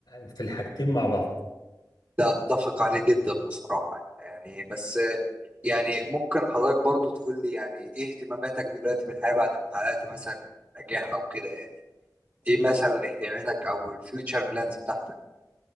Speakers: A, on the left; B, on the right.
A: في الحاجتين مع بعض
B: ده أتفق عليه جدا بصراحة يعني بس آه، يعني ممكن حضرتك برضو تقول لي يعني إيه اهتماماتك دلوقتي في الحياة بعد ما حققت مثلا نجاح أو كده ايه مثلا اهتماماتك او الفيوتشر بلانز بتاعتك